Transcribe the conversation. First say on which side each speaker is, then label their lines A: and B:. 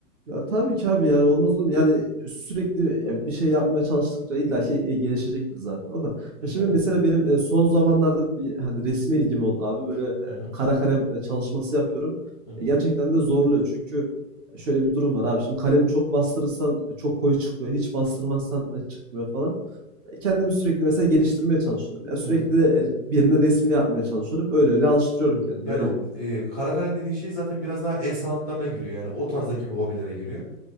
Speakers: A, on the right; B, on the right.
A: Ya tabii ki abi yani olmaz olur mu? Yani sürekli e, bir şey yapmaya çalıştıkça illa şey e, gelişecektir zaten o da.
B: Yani.
A: Ya şimdi mesela benim e, son zamanlarda bir hani resme ilgim oldu abi. Böyle e,
B: Hı hı.
A: kara kalem e, çalışması yapıyorum.
B: Hı hı.
A: E, gerçekten de zorluyor. Çünkü e, şöyle bir durum var abi. Şimdi kalemi çok bastırırsan e, çok koyu çıkıyor. Hiç bastırmazsan e, çıkmıyor falan. E, kendimi sürekli mesela geliştirmeye çalışıyorum. Ya sürekli
B: Evet.
A: e, birinin resmini yapmaya çalışıyorum. Öyle öyle alıştırıyorum kendimi.
B: Yani
A: Öyle
B: o, e, kara kalem dediğin şey zaten biraz daha el sanatlarına giriyor. Yani o tarzdaki bir hobilere giriyor.